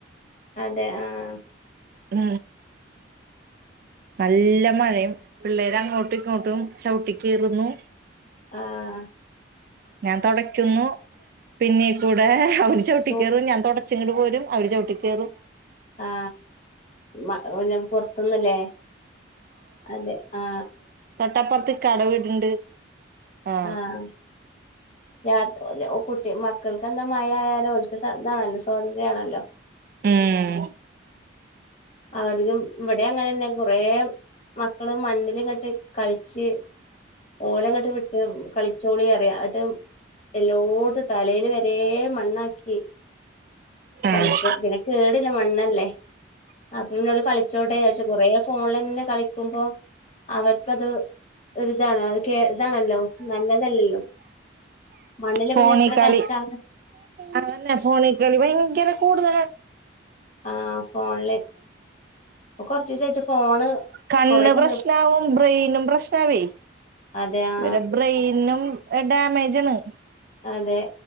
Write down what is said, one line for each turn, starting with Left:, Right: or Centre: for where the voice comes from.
Left: അതെ ആ
Right: ഉം നല്ല മഴയും പിള്ളേര് അങ്ങോട്ടും ഇങ്ങോട്ടും ചവിട്ടി കീറുന്നു
Left: ആ
Right: ഞാൻ തുടക്കുന്നു പിന്നെ കൂടെ അവര് ചവിട്ടിക്കയറും
Left: സു
Right: ഞാൻ തുടച്ചെങ്കിൽ പോരും അവര് ചവിട്ടിക്ക കേറും
Left: ആ മ ഞാൻ പുറത്തന്നല്ലേ അതെ ആ
Right: തൊട്ടാപ്പുറത്ത് കട വീ ടുണ്ട് ആ
Left: ആഹ് രാ കുട്ടി മ ക്കൾക്ക് എന്താ മഴ ആയാലും അവോർക്ക് എന്താണല്ലോ സ്വാതന്ത്ര്യയാണല്ലോ
Right: ഉം
Left: അവർ ഇവിടെ അങ്ങനെന്നെ കൊറ മക്കള് മണ്ണിൽ ഇങ്ങട്ട് ക ച് ഓലങ്ങോട്ട് വിട്ട് കളിച്ചോളി അറിയ യിട്ട് എല്ലോടത്തും തലൽ വരെ മണ്ണാക്കി
Right: ആഹ്
Left: കളിപ്പോ പിന്നെ കേടില്ല മണ്ണല്ലേ അപ്പ പിന്നോട് കളിച്ചോട്ടേ വിചാരിച്ചു കൊറെ ഫോണ തന്നെ കളിക്കുമ്പോ അവർക്കത് ഒരുരിതാണ് അ ഇതാണല്ലോ നല്ലതല്ലല്ലോ മണ്ണില്
Right: ഫോണിൽ
Left: പിന്നെ എത്ര
Right: കളി
Left: കളിച്ചാലും
Right: അന്നെ ഫോണിൽ കളി ഭയങ്കര കൂടുത
Left: ആ ഫോണില് പ്പ കൊറചിസട് ഫോണ്
Right: കണ്ണ്
Left: കൊറെയൊക്കെ
Right: പ്രശ്നവും
Left: നിർ
Right: ബ്രെയിനും പ്രശ്നവി
Left: അതെ ആ
Right: ഇരെ ബ്രെയിനും ഡാമേജണ്
Left: അതെ